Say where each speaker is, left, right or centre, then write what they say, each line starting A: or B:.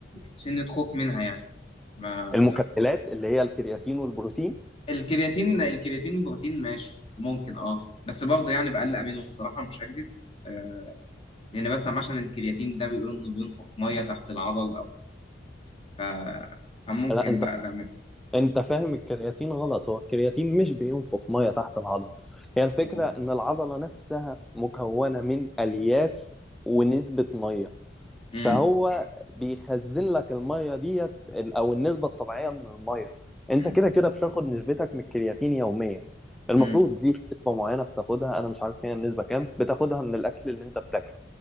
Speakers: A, on the left (about 30°); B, in the centre.
A: سنه خوف منها يعني ما
B: المكملات اللي هي الكرياتين والبروتين
A: الكرياتين الكرياتين والبروتين ماشي ممكن اه بس برضه يعني بقلق منهم الصراحه مش هكذب آه لان بسمع عشان الكرياتين ده بيقولوا انه بينفخ ميه تحت العضل او ف فممكن
B: لا انت
A: بقلق منه
B: انت فاهم الكرياتين غلط هو الكرياتين مش بينفخ ميه تحت العضل هي الفكرة
A: اه
B: ان العضلة نفسها مكونة من الياف ونسبة ميه
A: امم
B: فهو بيخزن لك الميه ديت ال- او النسبه الطبيعيه من الميه انت
A: امم
B: كده كده بتاخد نسبتك من الكرياتين يوميا المفروض
A: امم
B: ليك نسبه معينه بتاخدها انا مش عارف هي النسبه كام بتاخدها من الاكل اللي انت بتاكله